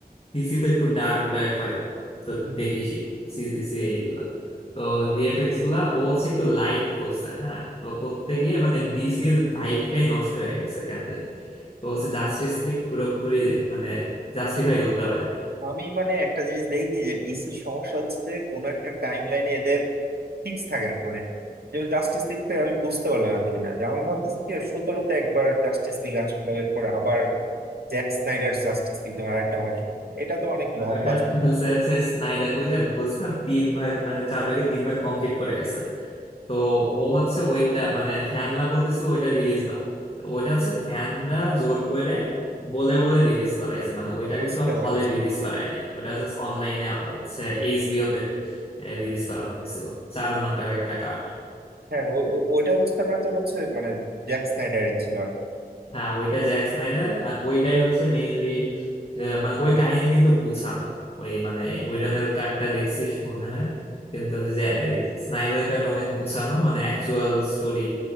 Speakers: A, on the left; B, on the right.
A: ডিসি তো একটু ডার্ক ডার্ক হয় তো
B: হুম।
A: দেখিসই সিজিসিআই গুলা তো ভিএফএক্স গুলা ও হচ্ছে একটু লাইট করছে হ্যাঁ তো করতে গিয়ে মানে ডিসির ভাইবটাই নষ্ট হয়ে গেছে কেন জানি তো হচ্ছে জাস্টিস লিগ পুরোপুরি মানে জাস্টিফাই করতে পারেনি
B: আমি মানে একটা জিনিস দেখি যে ডিসির সমস্যা হচ্ছে যে কোনো একটা টাইম লাইনে এদের ফিক্স থাকে না মানে যেমন জাস্টিস লিগটা আমি বুঝতে পারলাম না এতদিন আগে আমার ভাবতেছে কি সতেরোতে একবার জাস্টিস লিগ আসলো এরপরে আবার জ্যাক স্নাইডার জাস্টিস লিগ আর একটা ভার্সন এটা তো অনেক
A: মানে
B: লম্বা
A: ওইটা
B: ছিল
A: তো বলছে হচ্ছে স্নাইডার ওই যে বলছে না তিন ভাগ মানে চার ভাগে তিন ভাগ কমপ্লিট করে গেছে তো ও হচ্ছে ওইটা মানে ফ্যানরা বলতেছিল ওইটা রিলিজ দাও তো ওইটা হচ্ছে ফ্যানরা জোর করে বলে বলে রিলিজ করাইছে মানে ওইটা
B: বুঝতে
A: কিন্তু
B: পারছি
A: হলে রিলিজ করায় নাই ওটা জাস্ট অনলাইনে হচ্ছে এইচবিও তে রিলিজ করানো হয়েছিল চার ঘন্টার একটা কাট
B: হ্যাঁ ও- ও- ওইটা হচ্ছে তার মানে তোর হচ্ছে মানে জ্যাক স্নাইডারের ছিল
A: হ্যাঁ ওইটা জ্যাক স্নাইডার আর ওইটাই হচ্ছে মেইনলি মানে ওই কাহিনী কিন্তু গুছানো ওই মানে উইডনের কাটটা দেখছিস মনে হয় কিন্তু স্নাইডারের কাট অনেক গুছানো মানে অ্যাকচুয়াল স্টোরি